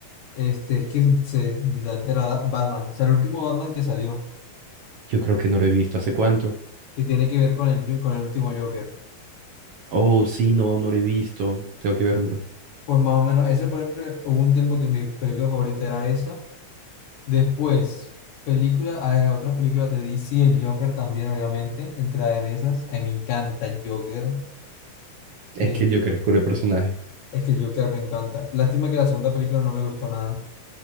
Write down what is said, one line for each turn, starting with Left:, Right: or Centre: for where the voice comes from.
Left: Este, es que se, literalmente era Batman. O sea, el último Batman que salió.
Right: Yo creo que no lo he visto, ¿hace cuánto?
Left: que tiene que ver con el, Jo- con el último Joker.
Right: Oh, sí, no, no lo he visto, tengo que ver, bro.
Left: Pues más o menos, ese por ejemplo, hubo un tiempo que mi película favorita era esa. Después, películas, hay otras películas de DC, el Joker también, obviamente, entra en esas. A mí me encanta el Joker,
Right: Es
Left: me
Right: que
Left: enc-
Right: Joker es cool el personaje.
Left: es que el Joker me encanta. Lástima que la segunda película no me gustó nada.